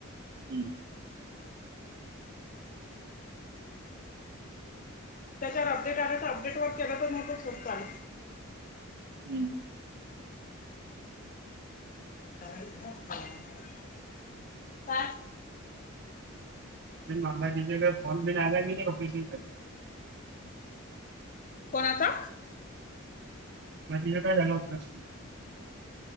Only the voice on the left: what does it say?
त्याच्यावर अपडेट आला तर अपडेट वर केलं तर न्हवतंच होत चालू.
<inaudible> काय?
कोणाचा?